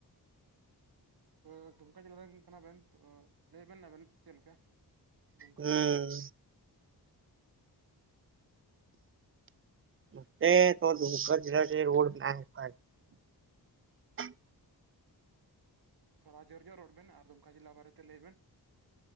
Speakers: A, on the right; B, on the right.
A: ᱦᱳᱭ ᱫᱩᱢᱠᱟ ᱡᱟᱞᱟ ᱨᱮᱱ ᱠᱟᱱᱟ ᱵᱮᱱ ᱛᱚ ᱞᱟᱹᱭ ᱵᱮᱱ ᱟᱵᱮᱱ ᱪᱮᱫ ᱞᱮᱠᱟ? ᱫᱩᱢᱠᱟ
B: ᱦᱩᱸ
A: ᱡᱮᱞᱟ ᱨᱮᱭᱟᱜ᱾
B: ᱱᱚᱛᱮ ᱫᱩᱢᱠᱟ ᱡᱮᱞᱟ ᱨᱮᱱ ᱦᱚᱲ ᱢᱮᱱᱟᱜ ᱠᱚ ᱠᱷᱟᱡ᱾
A: <inaudible>
B: <unintelligible>
A: ᱛᱷᱚᱲᱟ ᱡᱟᱹᱨ ᱧᱚᱜ ᱨᱚᱲ ᱵᱮᱱ ᱟᱨ ᱫᱩᱢᱠᱟ ᱡᱮᱞᱟ ᱵᱟᱨᱮ ᱛᱮ ᱞᱟᱹᱭ ᱵᱮᱱ᱾